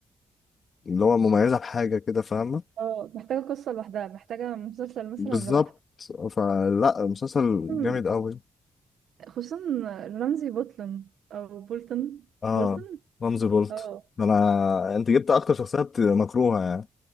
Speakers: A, on the left (about 50°); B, on the right (about 85°).
A: اللي هو مميزة بحاجة كده فاهمة
B: اه محتاجة قصة لوحدها محتاجة مسلسل مثلا
A: بالظبط
B: لوحده
A: فلا مسلسل
B: مم،
A: جامد قوي
B: خصوصا رمزي بولتون او بولتون
A: اه
B: بولتون
A: رمزي بولت
B: اه
A: ده انا انت جبت اكتر شخصيه بت... مكروهه يعني